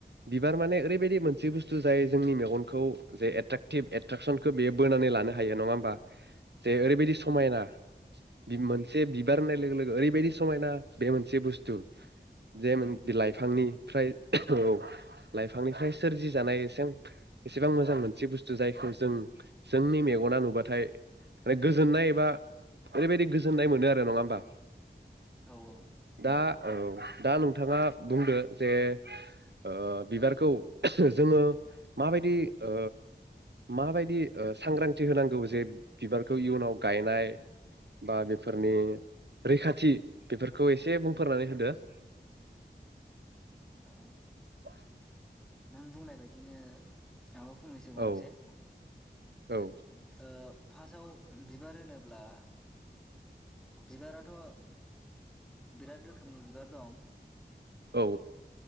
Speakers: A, on the right; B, in the centre.
A: बिबार माने ओरैबायदि मोनसे बुस्थु जाय जोंनि मेगनखौ जे एट्राकटिभ एट्राकसनखो बेयो बोनानै लानो हायो नङा होमबा । जे
B: औ
A: ओरैबायदि समायना । मोनसे बिबार होननाय लोगो लोगो ओरैबायदि समायना बे मोनसे बुस्थु जे
B: औ
A: बि लाइफांनि ओमफ्राय औ लायफांनिफ्राय सोरजिजानाय एसां एसेबां मोनसे मोजां बुस्थु जायखौ जों जोंनि मेगना नुबाथाय माने गोजोननाय एबा ओरैबायदि गोजोननाय मोनो आरो नङा होमबा
B: औ मोनो
A: दा औ दा नोंथाङा बुंदो। जे ओ बिबारखौ जोङो माबायदि ओ माबायदि ओ सांग्रांथि होनांगौ जे बिबारखौ इयुनाव गायनाय बा बेफोरनि रैखाथि बेफोरखौ एसे बुंफोरनानै होदो । <unintelligible>
B: ओ नों बुंनाय बायदिनो । आब' फंनैसो बुंनायसाय।
A: औ औ
B: ओ फासाव बिबार होनोब्ला । बिबाराथ ओ बिराद रोखोमनि बिबार दं
A: औ।